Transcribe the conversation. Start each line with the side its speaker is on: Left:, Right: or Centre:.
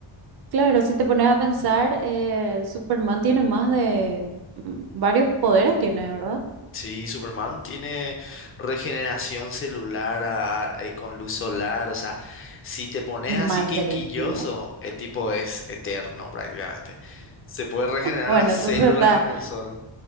Right: claro, si te pones a pensar, eh, Superman tiene más de mm, varios poderes, tiene, ¿verdad?
Left: Sí, Superman tiene regeneración celular a- eh, con luz solar, o sea, si te pones así
Right: Madre
Left: quisquilloso,
Right: mía.
Left: el tipo es eterno prácticamente. Se puede regenerar
Right: Bueno,
Left: las células
Right: entonces está,
Left: con el sol.